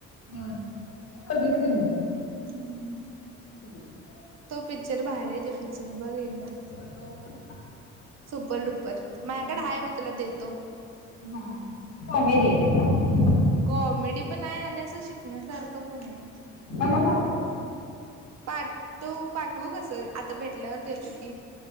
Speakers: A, on the left; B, on the right.
A: बर बघितले मी ते
B: हम्म.
A: <inaudible>
B: तो पिक्चर भारी तो पिक्चर बघ एकदा.
A: कोणता
B: सुपरडुपर
A: सुपर
B: माया
A: डुपर.
B: कड आहे मी तुला देतो.
A: हा, कॉमेडी हाय नाय काय?
B: कॉमेडी पण हाय आणि असं शिकण्यासारखं पण हाय.
A: मला पन!.
B: पाठ वू पाठवू कस आता भेटल्यावर देतो की.